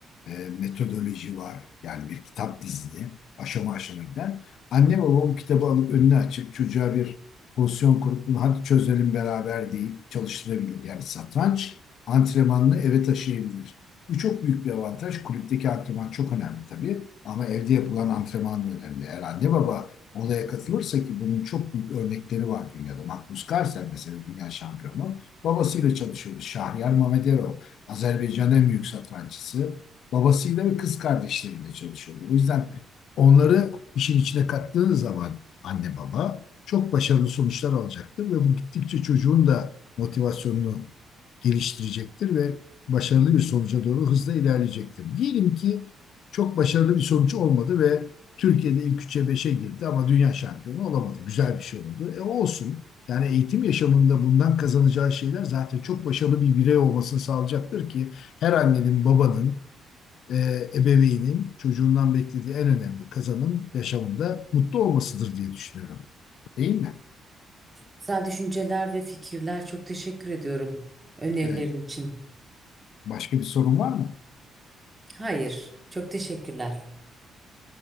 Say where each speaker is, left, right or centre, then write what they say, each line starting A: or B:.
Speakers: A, on the left; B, on the right.
A: e, metodoloji var. Yani bir kitap dizili aşama aşama giden. Anne baba bu kitabı alıp önüne açıp çocuğa bir pozisyon kurup bunu hadi çözelim beraber deyip çalıştırabilir. Yani satranç antrenmanını eve taşıyabilir. Bu çok büyük bir avantaj. Kulüpteki antrenman çok önemli tabii. Ama evde yapılan antrenman da önemli. Eğer anne baba olaya katılırsa ki bunun çok büyük örnekleri var dünyada. Magnus Carlsen mesela dünya şampiyonu. Babasıyla çalışıyordu. Şahriyar Mamederov. Azerbaycan'ın en büyük satranççısı. Babasıyla ve kız kardeşleriyle çalışıyordu. O yüzden onları işin içine kattığınız zaman anne baba çok başarılı sonuçlar alacaktır ve bu gittikçe çocuğun da motivasyonunu geliştirecektir ve başarılı bir sonuca doğru hızla ilerleyecektir. Diyelim ki çok başarılı bir sonuç olmadı ve Türkiye'de ilk 3'e beşe girdi ama dünya şampiyonu olamadı. Güzel bir şey oldu. E olsun. Yani eğitim yaşamında bundan kazanacağı şeyler zaten çok başarılı bir birey olmasını sağlayacaktır ki her annenin, babanın, e, ebeveynin çocuğundan beklediği en önemli kazanım yaşamında mutlu olmasıdır diye düşünüyorum. Değil mi?
B: Güzel düşünceler ve fikirler. Çok teşekkür ediyorum önerilerin
A: Evet.
B: için.
A: Başka bir sorun var mı?
B: Hayır, çok teşekkürler.